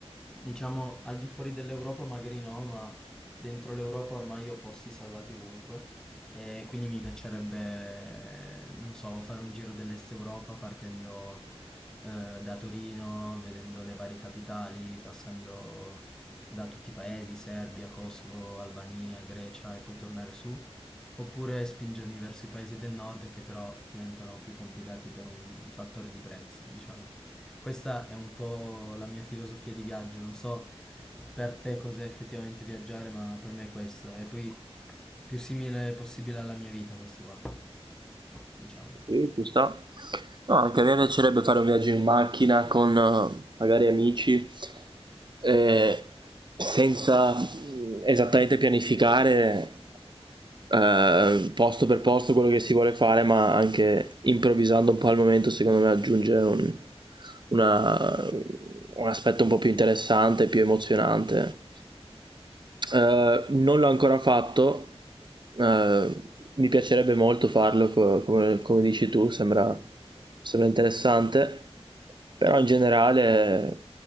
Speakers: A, in the centre; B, on the right (about 45°).
A: diciamo al di fuori dell'Europa magari no, ma dentro l'Europa ormai ho posti salvati ovunque. E quindi mi piacerebbe, non so, fare un giro dell'Est Europa partendo eh, da Torino, vedendo le varie capitali, passando da tutti i paesi, Serbia, Kosovo, Albania, Grecia e poi tornare su, oppure spingermi verso i paesi del nord che però diventano più complicati per un fattore di prezzo, diciamo. Questa è un po' la mia filosofia di viaggio, non so per te cos'è effettivamente viaggiare, ma per me è questo, e poi più simile possibile alla mia vita questo qua, diciamo.
B: Sì, ci sta. No, anche a me piacerebbe fare un viaggio in macchina con eh, magari amici, eh, senza mm, esattamente pianificare eh, posto per posto quello che si vuole fare, ma anche improvvisando un po' al momento, secondo me aggiunge un, una- un aspetto un po' più interessante, più emozionante. Eh, non l'ho ancora fatto, eh, mi piacerebbe molto farlo, co- come, come dici tu, sembra, sembra interessante, però in generale